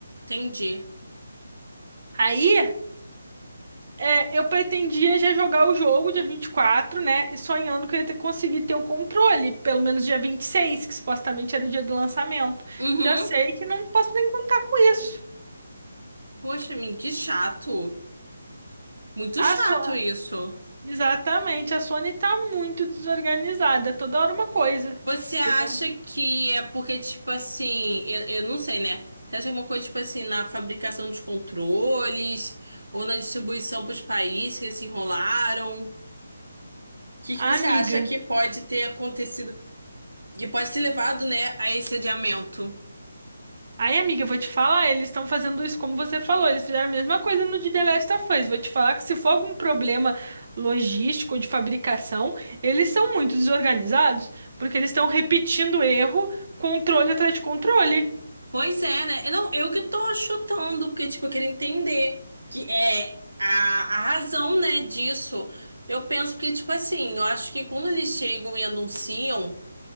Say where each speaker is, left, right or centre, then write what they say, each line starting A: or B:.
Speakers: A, on the right (about 85°); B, on the right (about 50°).
A: Entendi.
B: Aí, é, eu pretendia já jogar o jogo dia 24, né? e Sonhando que eu ia ter, conseguir ter o controle, pelo menos dia 26 que supostamente era o dia do lançamento.
A: Uhum.
B: Já sei que não posso nem contar com isso.
A: Poxa, amiga, que chato. Muito
B: A
A: chato
B: Sony,
A: isso.
B: exatamente, a Sony tá muito desorganizada, toda hora uma coisa.
A: Você acha
B: Toda hora...
A: que é porque, tipo assim, eu, eu não sei, né? Você acha que é uma coisa, tipo assim, na fabricação dos controles ou na distribuição para os países que eles se enrolaram? O que
B: Ah,
A: que você
B: Amiga.
A: acha que pode ter acontecido, que pode ter levado, né, a esse adiamento?
B: Aí, amiga, eu vou te falar, eles estão fazendo isso como você falou, eles fizeram a mesma coisa no de The Last of Us. Vou te falar que se for algum problema logístico ou de fabricação, eles são muito desorganizados, porque eles estão repetindo erro, controle atrás de controle.
A: Pois é, né? Eu Não, eu que tô chutando, porque, tipo, eu queria entender que é a, a razão, né, disso. Eu penso que, tipo assim, eu acho que quando eles chegam e anunciam.